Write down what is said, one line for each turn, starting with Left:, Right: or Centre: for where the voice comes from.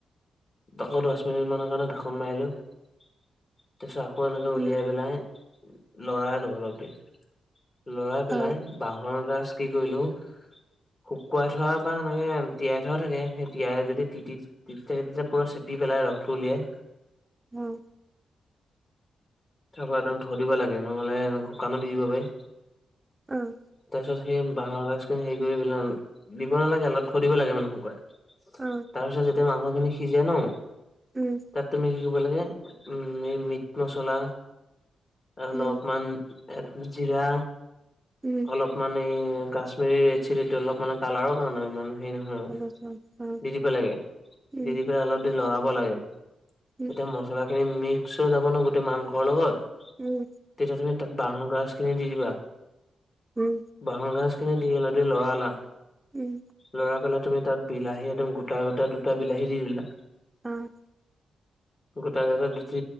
Left: আকৌ দ'হ মিনিট মানৰ কাৰণে ঢাকন মাৰিলো তাৰপিছত আকল এনেকে
Right: উম,
Left: উলিয়াই পেলাই লৰাইনো অলপ দেৰি লৰাই
Right: অ,
Left: পেলাই বাঁহৰ গছ কি কৰিলো শুকুৱাই থোৱা বা এনেকে তিয়াই থোৱা থাকে। সেই তিয়াই যদি তিতি তিতাই তিতাই পুৰা চেপি পেলাই ৰসটো উলিয়াই।
Right: উম।
Left: তাৰ পৰা একদম থৈ দিব লাগে নহ'লে খুব শুকাণো দি দিব পাৰি।
Right: উম।
Left: তাৰ পিছত সেই বাঁহৰ গাজখিনি হেৰি কৰি পেলাই দিব নালাগে অলপ থৈ দিব লাগে মানে অলপ শুকাই।
Right: অ,
Left: তাৰপিছত যেতিয়া মাংসখিনি সিজে ন।
Right: উম।
Left: তাত তুমি কি ক'ব লাগে উম এই মিট মছলা। আ অলপমান
Right: উম,
Left: জিৰা
Right: উম,
Left: অলপ মান এই কাশ্মিৰীৰ এৰেড চিলিটো অলপ মানে কালাৰৰ কাৰণে ইমান হেৰি হেৰি নহয় আৰু
Right: গম পাইছোঁ অ,
Left: দি দিব লাগে।
Right: উম,
Left: দি দি পেলাই অলপ লৰাব লাগে তেতিয়া
Right: উম,
Left: মছলাখিনি মিক্স হৈ যাব ন গোটেই মাংসৰ লগত।
Right: উম।
Left: তেতিয়া তুমি তাত বাহঁৰ গাজখিনি দি দিবা।
Right: উম।
Left: বাঁহৰ গাজখিনি দি অলপ দেৰি লৰালা।
Right: উম।
Left: লৰা পেলাই তুমি তাত বিলাহী একদম গোটা গোটা দুটা বিলাহী দি দিলা।
Right: অ'।
Left: গোটাই গোটাই দুটি